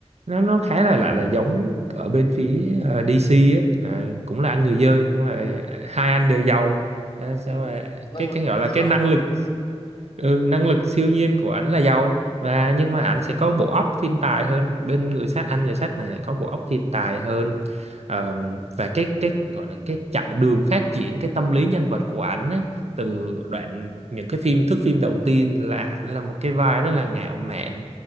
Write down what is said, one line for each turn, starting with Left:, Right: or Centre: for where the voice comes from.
Right: nó nó khá là lại là giống ở bên phía ờ, DC á là cũng là anh người dơi nhưng mà ờ, hai anh đều giàu Ờ,
Left: ừ.
Right: xong rồi
Left: Năng
Right: cái
Left: lực
Right: cái
Left: của
Right: gọi
Left: tôi
Right: là
Left: là
Right: cái
Left: giàu.
Right: năng lực ừ, năng lực siêu nhiên của ảnh là giàu và nhưng mà ảnh sẽ có bộ óc thiên tài hơn bên người sát anh người sắt này lại có bộ óc thiên tài hơn Ờ, và cái cái gọi là cái chặng đường phát triển cái tâm lý nhân vật của ảnh á, từ đoạn những cái phim thước phim đầu tiên là ảnh là một cái vai rất là ngạo mạn